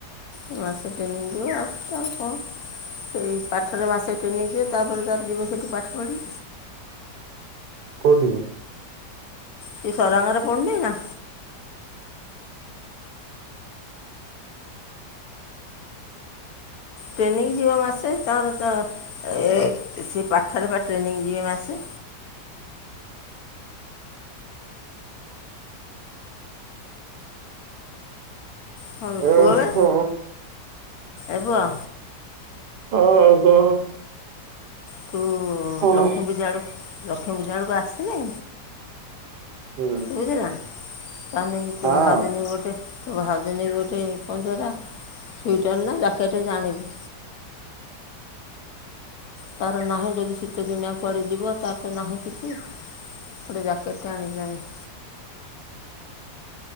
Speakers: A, on the left; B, on the right.
A: ଏ ମାସେ ଟ୍ରେନିଙ୍ଗି ଯିବ ଆସୁ ତାର କଣ ସେଇ ପାଠରେ ମାସେ ଟ୍ରେନିଙ୍ଗି ଯିବ ତାପରେ ତାର ଯିବ ସେଠି ପାଠ ପଢି
B: କେଉଁଠିିକି
A: ସେ ସରାଙ୍ଗାରେ ପଢୁନିନା ଟ୍ରେନିଙ୍ଗି ଯିବ ମାସେ ତାର ତା ଏ ସେ ପାଠରେ ପା ଟ୍ରେନିଙ୍ଗି ଯିବେ ମାସେ ହଁ ବେ
B: ଓହୋ
A: ପୁଅ ବେ ଏ ପୁଅ
B: ହଁ ହୁଁ
A: ତୁ
B: ହଁ।
A: ଲକ୍ଷ୍ମୀପୂଜା ବେଳକୁଲକ୍ଷ୍ମୀ ପୂଜା ବେଳକୁ ଆସିଲେ
B: ହୁଁ
A: ବୁଝିଲୁ ନା ତା ଲାଗି ଗୋଟେ
B: ହଁ।
A: ତେ ଭାଉଜ ଲାଗି ଗୋଟେ ତେ ଭାଉଜ ଲାଗି ଗୋଟେ କଣ ତ ସେଟା ସ୍ବେଟର ନା ଜାକେଟ୍ ଗୋଟେ ଆଣିବୁ ତାର ନାହିଁ ଯଦି ଶୀତ ଦିନିଆ କୁଆଡ଼େ ଯିବ ତାର ତ ନାହିଁ କିଛି ଗୋଟେ ଜାକେଟ୍ ଟେ ଆଣିବୁ ତା ନାଗି